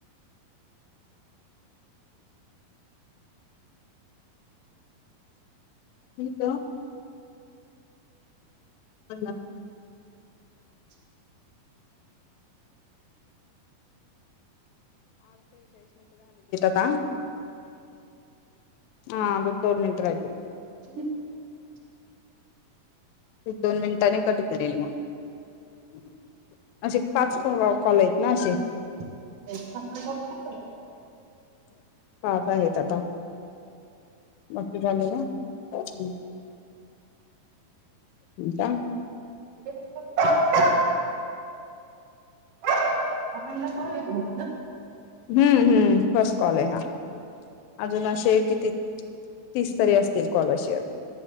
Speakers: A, on the left; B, on the right.
A: मी इथ <unintelligible>
B: <inaudible>
A: का हा बरं दोन मिनिटं <unintelligible>
B: <unintelligible>
A: दोन मिनिटाने कट करेल मग असे पाच कॉल आहेत ना अशे
B: <unintelligible> पायजे
A: त्रास आहेच आता मग ते झाले ना हम् का?
B: <unintelligible> <inaudible> हा पहिला कॉल आहे का फक्त
A: हम्म हम्म फस कॉल आहे हा अजून असे किती तीस तरी असतील कॉल ‌अशे,